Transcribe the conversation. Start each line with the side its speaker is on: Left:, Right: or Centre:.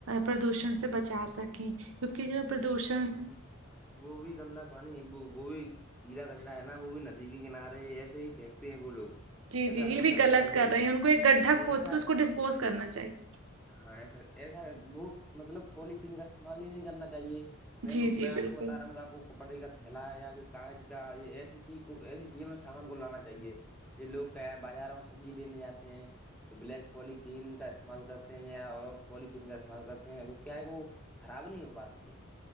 Right: پردوشن سے بچا سکیں کیونکہ پردوشن
Centre: گوبھی گندا پانی ہے وہ گوبھی کیلاا کچڑا ہے نا وہ بھی ندی کے کنارے ایسے ہی پھینکتے ہیں وہ لوگ
Right: جی
Centre: ایسا
Right: جی
Centre: نہیں
Right: یہ بھی
Centre: کرنا
Right: غلط
Centre: چاہیے
Right: کر رہے ہیں ان کو ایک گڈھا کھود
Centre: ایسا
Right: کے اس کو ڈسپوز کرنا چاہیے
Centre: ہاں ایسا ایسا وہت مطلب پولیتھیین کا استعمال ہی کرنا چاہیے میں
Right: جی
Centre: میں
Right: جی
Centre: آ
Right: بالکل
Centre: کو بتا رہا ہوں گا آپ کو کپٹے کا تھیلا یا کوئی کاغذ کا یہ ایسی چیز کو ایسی چیز میں سامان کو لانا چاہیے یہ لوگ کہ ہے بازاروں میں سبزی لینے جاتے ہیں تو بلیک پولیتھیین کا استعمال کرتے ہیں یا اور پولیتھیین کا استعمال کرتے ہیں وہ کیا ہے کہ وہ خراب نہیں ہو پاتی ہے